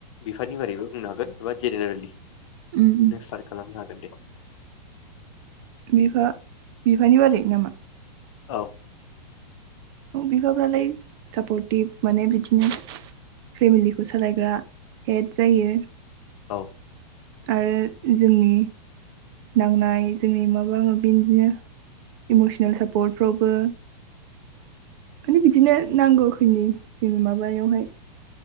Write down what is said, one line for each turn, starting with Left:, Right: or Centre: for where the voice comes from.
Left: बिफानि बारैबो बुंनो हागोन एबा जेनेरेलि
Right: उम उम
Left: नों स्टार्ट खालामनो हागोन दे
Right: बिफा बिफानि बारै नामा
Left: औ
Right: औ बिफाफ्रालाय सापर्टिभ माने बिदिनो फेमिलिखौ सालायग्रा हेड जायो
Left: औ
Right: आरो जोंनि नांनाय जोंनि माबा माबि बिदिनो इमसनेल सापर्टफ्रावबो माने बिदिनो नांगौखनि जों माबायावहाय